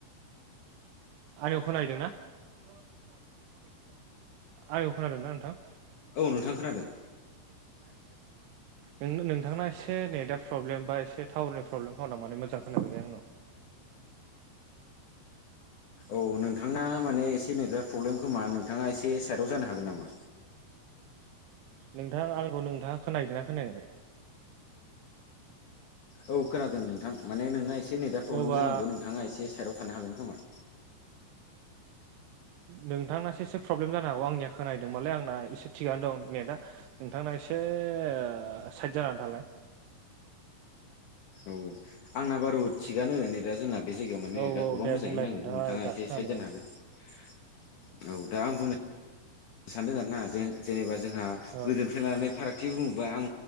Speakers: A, on the right (about 75°); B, on the left (about 65°).
A: आंनिखौ खोनाहैदोंना? <inaudible> आंनिखौ खोनादोंना नोंथां? <unintelligible>
B: औ नोंथां खोनादों
A: नों नोंथांना एसे नेटआ प्रब्लेम बा एसे टाउननि प्रब्लेम खोनादों माने मोजां खोनाफैयाखै आंनाव।
B: औ नोंथांना माने एसे नेजार प्रब्लेम खोमा नोंथाङा एसे साइडआव जानो हागोन नामा?
A: नोंथां आंखौ नोंथाङा खोनाहैदोंना खोनायाखै?
B: औ खोनादों नोंथां माने नोंना एसे नेटआ प्रब्लेम
A: अब्ला
B: जानांगौ नोंथाङा एसे साइडआव थानो हागोन खोमा।
A: नोंथांसो एसे प्रब्लेम जानो हागौ आंनिया खोनदोंबालाय आंना एसे थिगानो दं नेटआ। नोंथांना एसे ओ साइद जानानै थालाय।
B: औ आंना बारु थिगानो नेदा जोंना। बे जायगायाव माने
A: औ
B: दा
A: औ
B: गोबां
A: दे
B: मोजाङैनो
A: बुंलाय
B: नाङो नोंथाङा
A: दासो
B: एसे
A: खोनादों
B: साइद जानो हागोन औ दा आं बुंनो सानदों आरो ना जे-जेनेबा जोंहा
A: औ
B: गोदोनिफ्राय लानानै फाराग थि बुङोबा आं